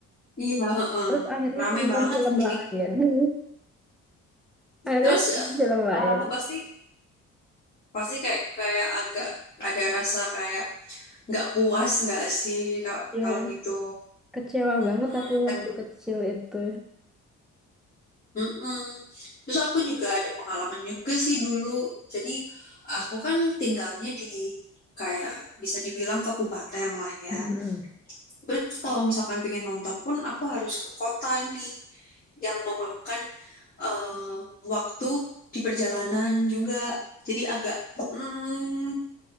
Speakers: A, on the left (about 30°); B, in the centre.
A: Iya, heeh.
B: terus akhirnya
A: Rame
B: aku nonton
A: banget
B: film
A: sih.
B: lain <laughs> akhirnya
A: Terus
B: aku nonton
A: ya,
B: film lain
A: ah, pasti pasti kayak kayak agak ada rasa kayak nggak puas nggak sih ka-
B: ya
A: kalau gitu.
B: Kecewa
A: Mm,
B: banget aku
A: kan.
B: waktu kecil itu.
A: Mm-mm. Terus aku juga ada pengalaman juga sih dulu. Jadi aku kan tinggalnya di kayak bisa dibilang kabupaten lah ya.
B: Mm-mm.
A: Terus kalau misalkan pengen nonton pun aku harus ke kota nih. yang memakan eh, waktu di perjalanan juga. Jadi agak mm,